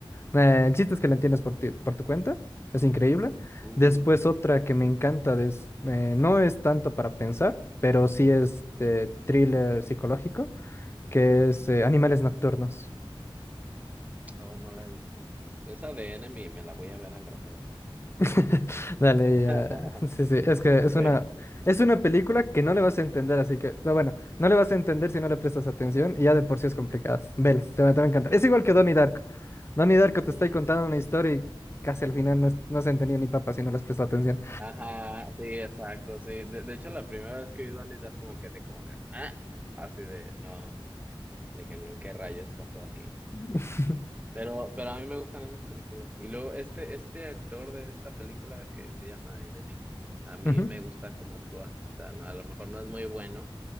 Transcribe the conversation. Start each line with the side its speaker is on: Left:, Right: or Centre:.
Left: eh, el chiste es que la entiendes por ti- por tu cuenta. Es increíble.
Right: Uy,
Left: Después otra que me encanta de es, eh, no es tanto para pensar, pero sí es
Right: ujú,
Left: de thriller psicológico, que es eh, Animales Nocturnos.
Right: oh, no la he visto. Esa de Enemy me la voy a ver al rato, vas a
Left: <laughs> Dale, ya.
Right: ver. <laughs>
Left: Sí, sí, es que es
Right: Sí.
Left: una, es una película que no le vas a entender, así que, pero bueno, no le vas a entender si no le prestas atención y ya de por sí es complicada. Vela, te va, te va a encantar. Es igual que Donnie Darko. Donnie Darko
Right: mm,
Left: te está contando una historia y casi al final no, es- no se entendía ni papa si no les prestas atención.
Right: Ajá, sí, exacto, sí. De, de hecho, la primera vez que vi Donnie Darko como quedé como que, ah, así de, no, dije, no, ¿qué rayos pasó aquí?
Left: <laughs>
Right: Pero, pero a mí me gustan esas películas. Y luego este, este actor de esta película que se llama Enemy, a mí
Left: Ujú.
Right: me gusta cómo actúa. O sea, no- a lo mejor no es muy bueno,